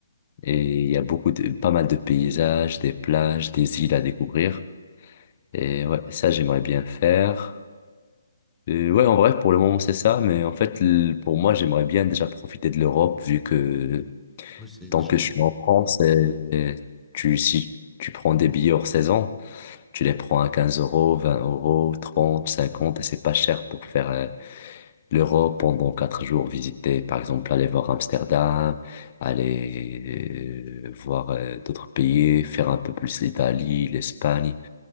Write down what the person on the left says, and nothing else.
Et il y a beaucoup de, pas mal de paysages, des plages, des îles à découvrir. Et ouais, ça, j'aimerais bien faire. Et ouais, en vrai, pour le moment, c'est ça. Mais en fait, l- pour moi, j'aimerais bien déjà profiter de l'Europe, vu que
tant
que je suis en France, et tu, si tu prends des billets hors saison, tu les prends à 15 euros, 20 euros, 30 50 et c'est pas cher pour faire euh, l'Europe pendant quatre jours, visiter, par exemple, aller voir Amsterdam, aller euh, voir euh, d'autres pays, faire un peu plus l'Italie, l'Espagne.